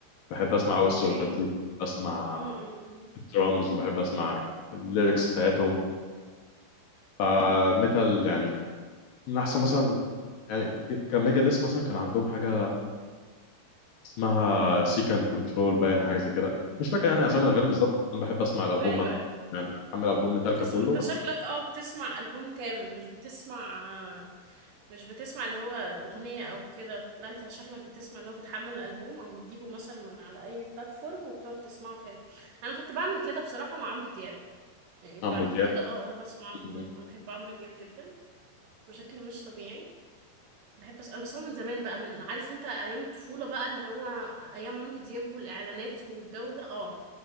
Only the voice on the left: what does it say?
بحب اسمع قوي
السولوهات دي اسمع
الدرامز وبحب اسمع الليركس بتاعتهم آه ميتال يعني من احسن مثلا يعني ك- كميجا ديس مثلا كان عندهم حاجه اسمها سيكان كنترول باين حاجه زي كده مش فاكر يعني اسامي الاغاني بالظبط انا بحب اسمع الالبوم
يعني اعمل البوم ميتاليكا
كله
بس
اعمل
يعني.